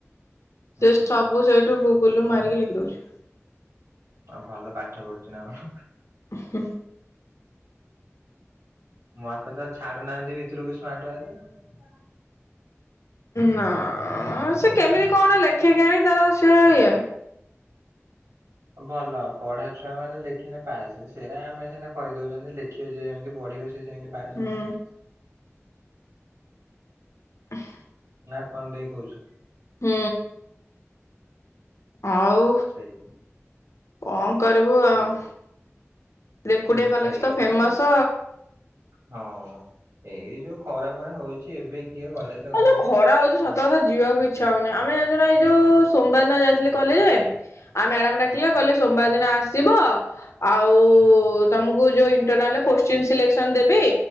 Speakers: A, on the right (about 80°); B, on the left (about 75°).
A: ହୁଁ
B: ସେ ସବୁ ସେଇଠୁ ଗୁଗୁଲ ମାରିକି ଲେଖି ଦଉଛି।
A: ଆଉ ଭଲ ପାଠ ପଢୁଛି ନା କଣ?
B: ହୁଁ।
A: ମତେ ତ ଛାଡୁ ନାହାନ୍ତି ଭିତୁରକୁ ସ୍ମାର୍ଟ ୱାଚେ ଆଉ
B: ନା ସେ କେମତି କଣ ଲେଖେ କେଜାଣି ତାର ସେ ଏଇଆ
A: ଭଲ ପଢ଼ା ଛୁଆ ମାନେ ଲେଖିନା ପାସେ ସେଇରା ଆମେ ସିନା କହି ଦଉଛନ୍ତି ଲେଖିବ ଯିଏ ଯେମତି ପଢ଼ିବ ସେ ସେମତି ପାସ
B: ହୁଁ
A: ହବ ନା।
B: ଆହା।
A: ନା କଣ ଦେଇ କହୁଛ?
B: ହୁଁ। ହଉ,
A: ସେଇ
B: କଣ କରିବୁ
A: କୁହ
B: ଆଉ। ରେକୁଡିଆ
A: ହୁଁ
B: କଲେଜ
A: ସେଇଆ
B: ତ
A: ପରା
B: ଫେମସ।
A: ଏ ହଁ। ଏଇ ଯୋଉ ଖରା ଫରା ହଉଛି ଏବେ କିଏ କଲେଜ
B: ଆଉ
A: ଗଲାଣି
B: ଯୋଉ ଖରା ହଉଛି
A: କଲ୍
B: ସତ କଥା ଯିବାକୁ ଇ ଛା ହଉନି ଆମେ ଯାଇଥିଲୁ ଏଇ ଯୋଉ ସୋମବାର ଦିନ ଯାଇଥିଲି କଲେଜେ ଆଉ ମ୍ୟାଡ଼ାମ ଡାକିଲେ
A: ହୁଁ।
B: କହିଲେ ସୋମବାର ଦିନ ଆସିବ ଆଉ
A: ହୁଁ
B: ତମକୁ ଯୋଉ ଇଣ୍ଟରନାଲ କୋଶ୍ଚିନ୍ ସିଲେକ୍ସନ ଦେବି